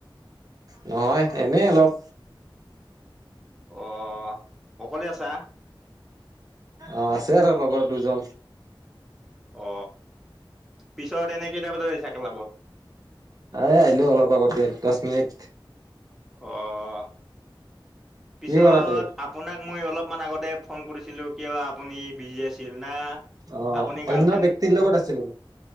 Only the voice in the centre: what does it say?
অহ অকলে আছা
অ পিছত এনে কেইটা বজাত <unintelligible> ওলাব
অহ পিছত
আপোনাক, মই অলপমান আগতে ফোন কৰিছিলোঁ কিয় আপুনি বিজি আছিল না?
আপুনি গাৰ্লফ্ৰেণ্ড